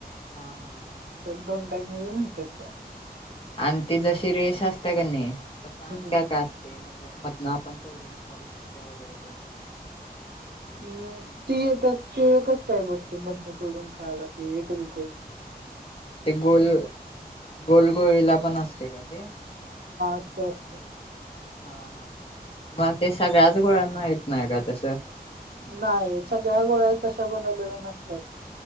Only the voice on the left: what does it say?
हा हा.
आणि ती जशी रेस असते का नाही? तस आण
का का असते म्हणजे मधन आपण तोडून खाऊ शकते वगैरे ते
ते गोल गोलगोळीला पण असते का ते?
हा हा. मग ते सगळ्याच गोळ्यांना येत नाही का तस?